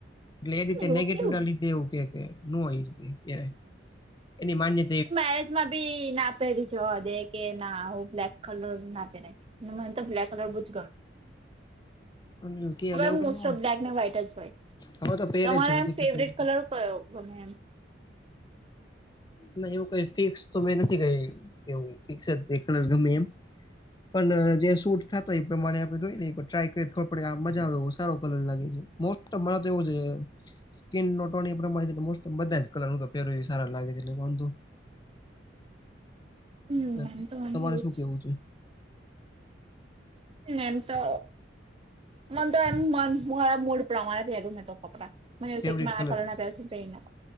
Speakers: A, on the left; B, on the right.
A: એટલે એ રીતે
B: અને એવું
A: નેગેટિવ
B: કેવું
A: ના લીધે એવું કે, કે નો હોય પેહરાય એની માન્ય
B: મેરેજમાં ભી ના પહેરી જવા દે કે, ના હું બ્લેક કલર ના પહેરાય. ન, મન તો બ્લેક કલર બુજ ગ
A: એવું કઈ
B: હવે, મોસ્ટ
A: ન હોય
B: ઓફ બ્લેક એન્ડ વ્હાઈટ જ હોય,
A: હવે તો પહેરે
B: તમારા
A: જ છે નથી
B: ફેવરેટ કલર. કયો ગમે? એમ.
A: નહીં, એવું કઈ ફિક્સ તો મે નથી કેહવું એવું ફિક્સ જ એક કલર ગમે એમ. પણ જે સૂટ થાતો, એ પ્રમાણે આપડે ટ્રાય કરીએ, ખબર પડે, આ મજા આવે, ઓ સારો કલર લાગે છે. તો, મારે તો એવું છે, સ્કીિન એ પ્રમાણે મોસ્ટ બધા જ કલર હું તો પેરુ ઈ સારા લાગે છે. ને વાંધો
B: હમ
A: નથી,
B: એમ તો મને
A: તમારે
B: એવું
A: શું
B: જ
A: કેવું છે?
B: હ, એમ તો મને તો એમ મ મારા મૂડ પ્રમાણે પહેરું ને તો કપડાં. મને એવું
A: ફેવરિટ
B: થ કે મ આ
A: કલર
B: કના છ, ભ ના.